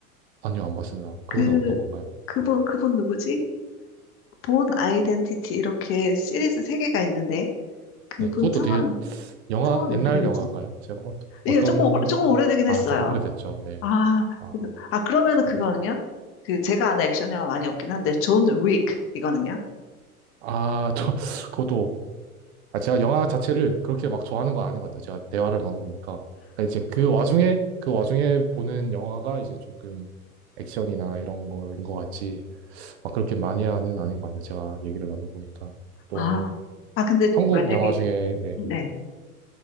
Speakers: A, on the right; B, on the left.
A: 아니요, 안 봤습니다. 그거는
B: 그
A: 어떤 건가요?
B: 그분
A: 네.
B: 그분 누구지? 본 아이덴티티 이렇게 시리즈 세 개가 있는데 그분
A: 네, 그것도
B: 성함
A: 되게 영화,
B: 성함이
A: 옛날
B: 어떻게 되지?
A: 영화인가요? 제가 어,
B: 예,
A: 떤
B: 조금 오- 조금 오래되긴
A: 아,
B: 했어요.
A: 조금 오래됐죠. 네.
B: 아,
A: 아,
B: 그래서- 아, 그러면은
A: 제가,
B: 그거는요? 그, 제가 아는 액션 영화 많이 없긴 한데, 존 윅, 이거는요?
A: 아, <laughs> 저, 그것도, 아, 제가 영화 자체를 그렇게 막 좋아하는 건 아닌 것 같아요. 제가 대화를 나눠보니까. 그러니까 이제 그 와중에, 그 와중에 보는 영화가 이제 조금 액션이나 이런 거인 것 같지, 막 그렇게 마니아는 아닌 것 같네요. 제가 얘기를 나눠보니까. 또,
B: 아, 아, 근데
A: 한국
B: 만약에,
A: 영화 중에, 네,
B: 네.